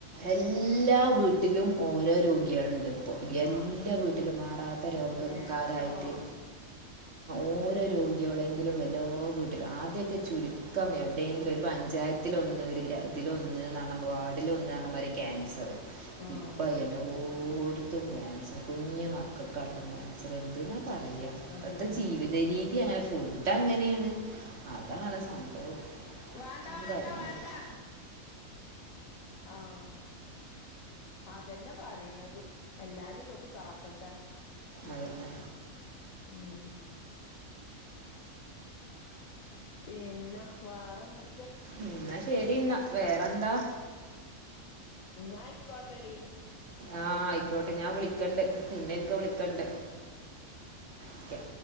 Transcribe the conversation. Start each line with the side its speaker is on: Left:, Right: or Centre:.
Right: എല്ലാ വീട്ടിലും ഓരോ രോഗ്യള്ണ്ട് എല്ലാ
Left: ആഹ്
Right: വീട്ടിലും മാറാത്ത രോഗകാരായിട്ട്
Left: ക്യാൻസറോ <inaudible>
Right: ഓരോ രോഗ്യളെങ്കിലും എല്ലാ വീട്ടിലും ആദ്യക്കെ ചുരു ക്ക യെവിടെയെങ്കിലും ഒരു പഞ്ചായത്തിലൊന്ന് ല ഒരുതിലൊന്ന് ഒരുവാർഡിലൊന്ന്- മാരി ക്യാൻസറ്
Left: ആഹ്
Right: ഇപ്പ എല്ലോ ഓട്ത്തും ക്യാൻസ്റ് കുഞ്ഞി മക്കക്കടക്കം എന്ത്ന്നാ പറയ ഇപ്പത്തെ
Left: അതന്നെ
Right: ജീവിത
Left: അതന്നെ
Right: രീതിയങ്ങനെ ഫുഡ്ഡങ്ങനെയാണ് അതാണ് സംഭവം
Left: വാണ്ട
Right: ഒന്നും
Left: വാണ്ട
Right: പറയാൻ
Left: വാണ്ട
Right: പറ്റില്ല
Left: ആഹ് അതെന്ന പറയിണത് എല്ലാരും തൊട്ട് കാക്കട്ടെ
Right: അതന്നെ
Left: ഉം പിന്ന വേറെന്ത-
Right: ഇന്ന ശരിന്നാ വേറന്താ
Left: എന്നായ്ക്കോട്ടെടി
Right: ആഹ് ആയിക്കോട്ടെ ഞാൻ വിളിക്കണ്ട് പിന്നെ ഒരിക്ക വിളിക്കണ്ട് ഓക്കെ